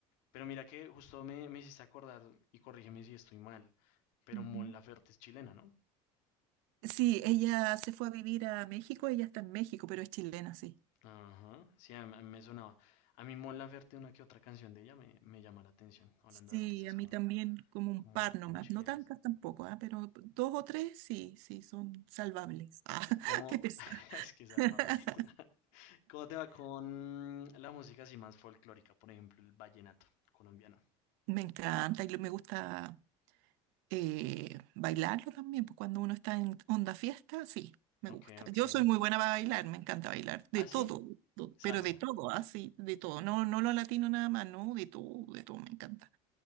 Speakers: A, on the left (about 70°); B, on the right (about 75°).
A: Pero mira que justo me, me hiciste acordar, y corrígeme si estoy mal, pero
B: ujú.
A: Mon Laferte es chilena, ¿no?
B: Sí, ella se fue a vivir a México, ella está en México, pero es chilena, sí.
A: Ajá, sí, a, mí a mí me sonaba. A mí Mon Laferte, una que otra canción de ella me, me llama la atención, hablando
B: Sí,
A: de artistas
B: a mí
A: como,
B: también como un
A: como,
B: par nomás,
A: como chilenos.
B: no tantas tampoco, ah, Pero dos o tres sí, sí, son salvables. <laughs> Ah,
A: ¿Y cómo?
B: qué pesar.
A: <laughs> Es que es salvable.
B: <laughs>
A: <laughs> ¿Cómo te va con la música así más folclórica? Por ejemplo, el vallenato colombiano.
B: Me encanta y lo- me gusta eh, bailarlo también, pues cuando uno está en onda fiesta, sí, me
A: Ok,
B: gusta.
A: ok.
B: Yo soy muy buena para bailar, me encanta bailar, de
A: ¿Ah,
B: todo,
A: sí?
B: do-
A: Salsa.
B: pero de todo, así, de todo. No, no lo latino nada más, no, de todo, de todo, me encanta.